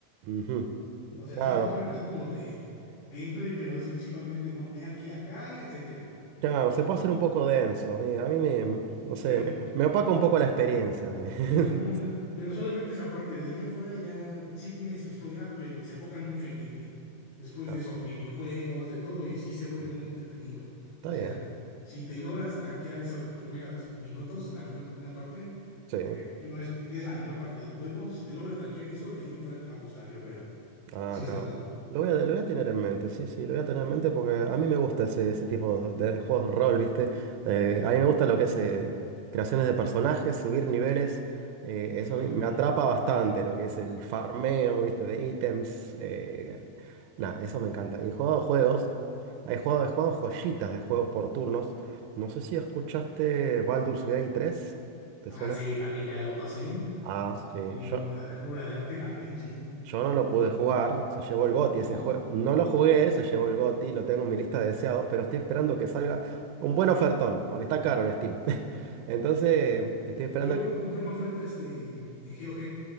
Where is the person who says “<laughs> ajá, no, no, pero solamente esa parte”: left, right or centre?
Left